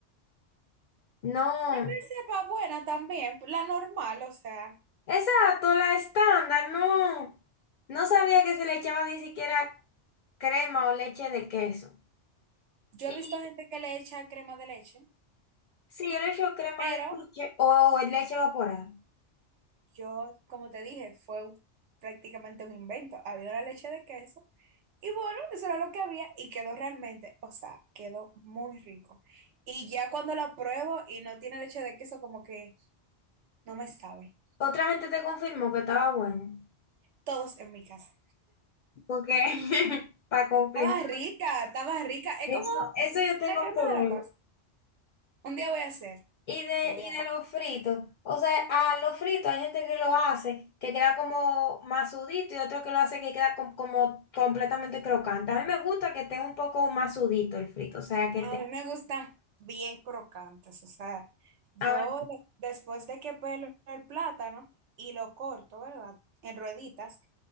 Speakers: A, on the left; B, on the right.
A: No,
B: Tal vez sepa buena también, la normal, o sea,
A: exacto, la estándar, no. No sabía que se le echaba ni siquiera crema o leche de queso.
B: yo
A: Y
B: he visto gente que le echa crema de leche,
A: sí, yo le echo crema
B: pero
A: de leche o leche evaporada.
B: yo, como te dije, fue prácticamente un invento. Había una leche de queso y bueno, eso era lo que había y quedó realmente, o sea, quedó muy rico. Y ya cuando la pruebo y no tiene leche de queso, como que no me sabe.
A: Otra gente te confirmó que estaba bueno.
B: Todos en mi casa.
A: Porque, <laughs> para confirmar,
B: Estaba rica, estaba rica. Es
A: eso,
B: como
A: eso yo tengo
B: La crema
A: que
B: de la
A: ver.
B: paz. Un día voy a hacer,
A: Y de,
B: te voy
A: y
B: a
A: de
B: dar.
A: los fritos, o sea, a los fritos hay gente que lo hace, que queda como masudito y otro que lo hace que queda com- como completamente crocante. A mí me gusta que esté un poco masudito el frito, o sea, que
B: A
A: te...
B: mí me gustan bien crocantes, o sea, yo
A: Ah,
B: de- después de que pelo el plátano y lo corto, ¿verdad? En rueditas,